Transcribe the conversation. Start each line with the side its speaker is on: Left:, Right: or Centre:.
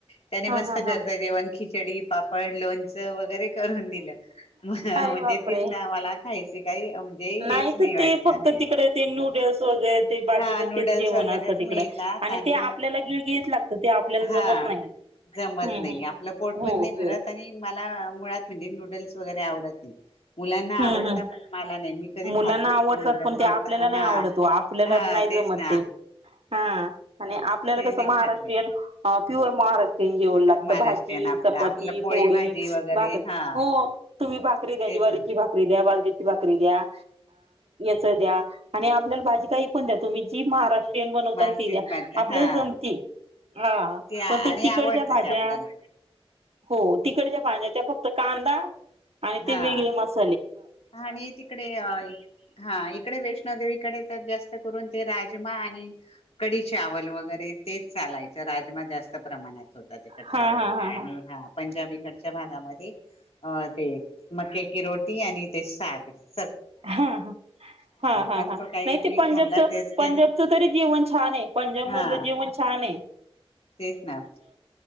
Left: त्याने
Right: हा
Left: मस्त
Right: हा हा
Left: घरचं
Right: हा
Left: जेवण खिच जडी पाप फड लोन वरे दि म्हणजे
Right: अरे बापरे
Left: तिथ म ह्यायच काही. म्हणजे
Right: नाही
Left: हेच
Right: तर
Left: वाटलं.
Right: ते फक्त तिकडे ते न्यूडल्स वगैरे ते बाकीच
Left: हा नूडल्स
Right: तेच जेवण
Left: वगैरेच
Right: असतं तिकडं
Left: मिळतात आणि
Right: ते आपल्याला गिळगिळीत लागतं ते आपल्याला
Left: हा
Right: जमत नाही
Left: जमत
Right: हम्म
Left: नाही
Right: हम्म
Left: आपलं पोट पण
Right: हो
Left: नाही भरत
Right: हो
Left: आणि मला मुळात म्हणजे नूडल् वगैरे आवडत नाही. मुलांना
Right: हम्म
Left: आवडता
Right: हम्म
Left: पण मला नाही मी कधी
Right: मुलांना
Left: खात नाही
Right: आवडतात
Left: ते नूडलस
Right: पण
Left: मुच
Right: आपल्याला नाही
Left: हा
Right: आवडत ओ आपल्याला
Left: हा
Right: नाही जमत
Left: तेच ना
Right: ते हा आणि आपल्याला
Left: ते
Right: कसं
Left: नाही
Right: महाराष्ट्रियन
Left: खात नाही
Right: प्युअर महाराष्ट्र तेन जेवण लागत
Left: महाराष्ट्रीयन
Right: भाजी,
Left: आपलं
Right: चपाती,
Left: आपल्याला
Right: पोळी
Left: भाजी वगैरे
Right: भाकरी
Left: हा
Right: हो तुम्ही भाकरी दया
Left: तेच
Right: ज्वारी
Left: ना
Right: एकदा भाजली की भाकरी <unintelligible> दया लोणच द्या आणि आपल्याला भाजी काही पण द्या तुम्ही जी महारा ष्ट्रियन बनवताना.
Left: महाराष्ट्रीयन
Right: ती द्या
Left: भाजी
Right: आपल्या
Left: हा
Right: जमती हा
Left: आणि
Right: पण ते तिकडच्या
Left: आवडतं
Right: भाज्या
Left: ते आपल्याला
Right: हो तिकडच्या भाज्या त्या फक्त कांदा आणि
Left: हा
Right: ते वेगळे मस
Left: आणि तिकडे हा इकडे वैष्णोदेवीकडे तर जास्त तिथं करून ते रहायचे म आणि कडी चावल वगैरे तेच चालायच राजमा जास्त प्रमाणात होता तिकडच्या
Right: हा
Left: बाजूला
Right: हा
Left: आणि हा पंजाबी तिकडंच्या भागामध्ये हा ते मक्के की रोटी ती आणि ते सागस
Right: हा, हा, हा, हा,
Left: पण
Right: हा
Left: तो काही
Right: नाही
Left: मी
Right: ते पंजाबच
Left: खाल्ला टेस्ट
Right: पंजाबचं
Left: केला
Right: तरी जेवण छान आहे पंजाब
Left: हा
Right: मधलं जेवण छानयं.
Left: तेच ना